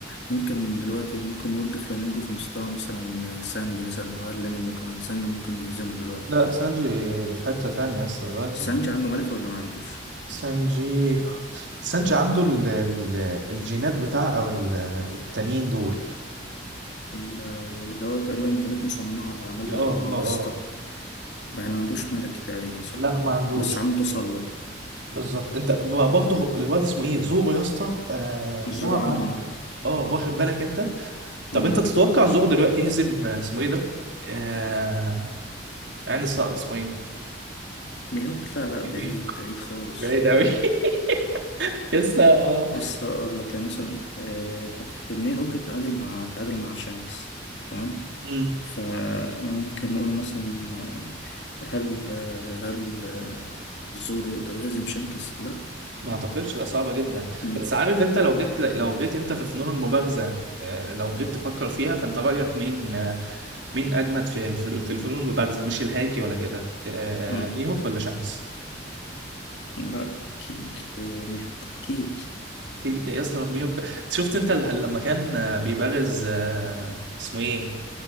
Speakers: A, on the left (about 70°); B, on the right (about 75°).
A: ممكن دلوقتي ممكن نقول فلامينجو في مستوى مثلا آه، سانجي مثلا هو أقل منه كمان سانجي ممكن يهزمه دلوقتي
B: لا سانجي في حته تانية يا اسطى دلوقتي
A: سانجي عنده ملكة ولا ما عندوش؟
B: سانجي سانجي عنده ال... ال... الجينات بتاع او ال- التانيين دول
A: ال- آه، اللي هو تقريبا كانت مصنعة اللي عملها
B: اه
A: أبوه
B: اه
A: بس
B: اه
A: طب يعني ما عندوش ملكي تقريبا صح؟
B: لا ما عندوش
A: بس عنده تسلط
B: بالظبط انت ب- برضه هو- الواد اسمه ايه زورو يا اسطى آه
A: الزرع
B: ظهر عد-
A: عنده ملكي
B: اه واخد بالك انت طب
A: مم.
B: انت تتوقع زورو دلوقتي يهزم آه، اسمه ايه ده آه... عين الصقر اسمه ايه
A: ميهوك لا لا
B: إيبيك.
A: بعيد بعيد خالص
B: بعيد قوي <laughs> لسه
A: بص هقول لك يعني مثلا آه، هيمي هوج تعادل مع تعادل مع شانكس تمام
B: امم
A: فممكن نقول مثلا آه، هل آه، هل آه، الزور يقدر يهزم شانكس؟ لا
B: ما اعتقدش لا صعبه جدا
A: مم.
B: بس عارف انت لو جيت لو جيت انت في فنون المبارزه آه، لو جيت تفكر فيها فانت رايك مين آه، مين اجمد في الف- في الفنون المبارزه مش الهاكي ولا كده آه،
A: مم.
B: ميهوك ولا شانكس
A: لا أكيد آه، ميهوك أكيد
B: أكيد يا اسطى فابينيو ب- شفت انت ال- لما كان آه، بيبارز آه، اسمه ايه